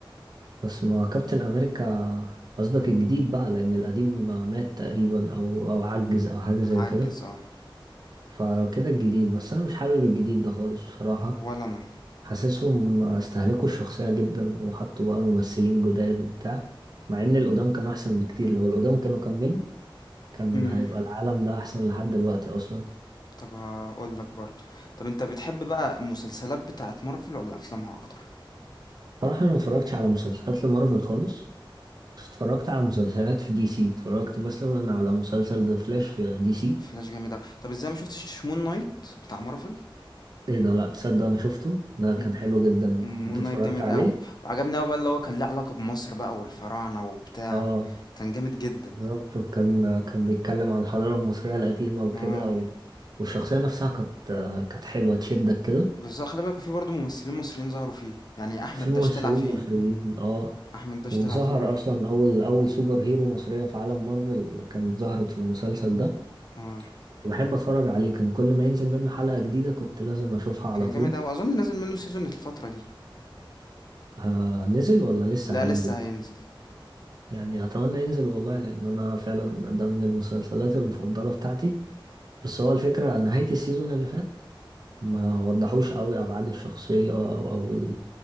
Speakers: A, on the right; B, on the left.
A: بس ما كابتن امريكا قصدك الجديد بقى لان القديم مات تقريبا او او عجز او حاجه زي
B: عجز
A: كده
B: اه
A: فلو كده الجديد بس انا مش حابب الجديد ده خالص بصراحه
B: ولا انا
A: حاسسهم استهلكوا الشخصيه جدا وحطوا بقى ممثلين جداد وبتاع مع ان القدام كانوا احسن بكتير لو القدام كانوا كملوا كان
B: امم
A: هيبقى العالم ده احسن لحد دلوقتي اصلا
B: طب هقول لك برضو طب انت بتحب بقى المسلسلات بتاعه مارفل ولا افلامها اكتر
A: صراحه انا ما اتفرجتش على مسلسلات لمارفل خالص بس اتفرجت على مسلسلات في دي سي اتفرجت مثلا على مسلسل ذا فلاش في دي سي
B: فلاش جامد اوي طب ازاي ما شفتش مون نايت بتاع مارفل
A: ايه ده لا تصدق انا شفته ده كان
B: م-
A: حلو جدا انت
B: مون
A: اتفرجت
B: نايت جامد
A: عليه
B: قوي وعجبني قوي بقى اللي هو كان ليه علاقة بمصر بقى والفراعنة وبتاع
A: اه
B: كان جامد جدا
A: بالظبط وكان كان بيتكلم عن الحضارة المصرية القديمة وكده
B: اه
A: و... والشخصية نفسها كانت كانت حلوة تشدك كده
B: بالضبط خلّي بالك وفي برضه ممثلين مصريين ظهروا فيه، يعني أحمد
A: في ممثلين
B: داش طلع فيه،
A: مصريين اه
B: أحمد داش
A: وظهر
B: طلع فيه آه،
A: اصلا اول اول سوبر هيرو مصرية في عالم مارفل كانت ظهرت في المسلسل ده
B: آه،
A: كنت بحب اتفرج عليه كان كل ما ينزل منه حلقة جديدة كنت لازم اشوفها على
B: كان
A: طول
B: جامد أوي، أظن نازل منّه season الفترة دي،
A: آه نزل ولا لسه
B: لأ
A: هينزل
B: لسه هينزل،
A: يعني اتمنى ينزل والله لان انا فعلا ده من المسلسلات المفضله بتاعتي بس هو الفكره نهايه السيزون اللي فات ما وضحوش قوي ابعاد الشخصيه او او ال...